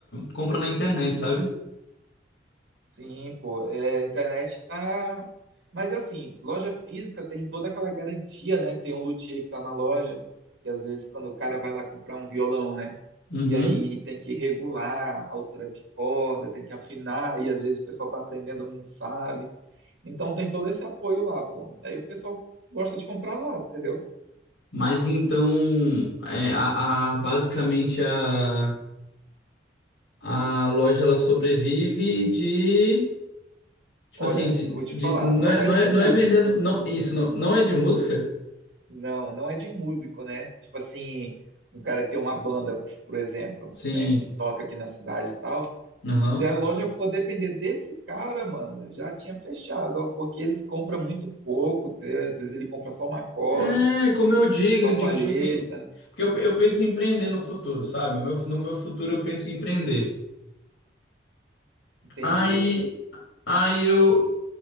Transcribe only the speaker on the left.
compra na internet, sabe?
Uhum.
Mas então, é, a, a- basicamente a, a loja ela sobrevive de Tipo
assim, de,
de,
não
é, não
é, não
é vendendo. Não, isso, não, não é de música?
Sim.
Aham.
É, como eu digo,
eu
digo tipo assim. Porque eu, eu penso em empreender no futuro, sabe? O meu, no meu futuro eu penso em empreender.
Aí, aí eu,